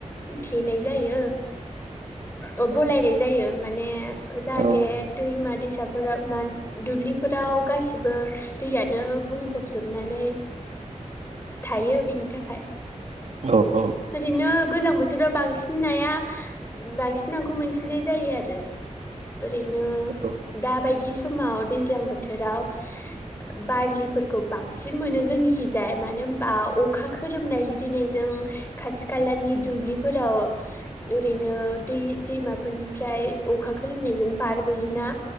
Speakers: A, on the left; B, on the right.
A: थेनाय जायो ओ बलायनाय जायो माने जाहाथे
B: औ
A: दैमा-दैस साफोरा मा दुब्लिफोराव गासिबो दैयानो बुंफबजोबनानै थायो बेनि थाखाय
B: औ-औ-औ
A: ओरैनो गोजां बोथोराव बांसिन नाया बांसिन नाखौ मोनसिननाय जायो आरो ओरैनो
B: औ
A: दाबायदि समाव दैज्लां बोथोराव बारलिफोरखौ बांसिन मोनो जोंनिखिजाय मानो होनबा अखा खोरोमनाय गिनायजों खाथि खालानि दुब्लिफोराव ओरैनो दै दैमा फोरनिफ्राय अखा खोरोमनायजों बारबोयोना